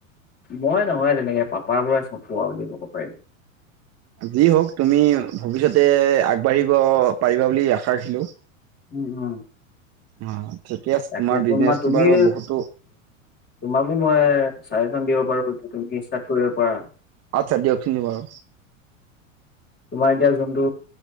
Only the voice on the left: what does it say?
মই নহয় তেনেকে পাপাৰ পৰাই সব পোৱা বুলি ক'ব পাৰি।
উম, উম।
তাকে
তোমাৰ তুমি
তোমাকো মই চাজেশন দিব পাৰো যে তুমি ষ্টাৰ্ট কৰিব পাৰা।
তোমাৰ এতিয়া যোনটো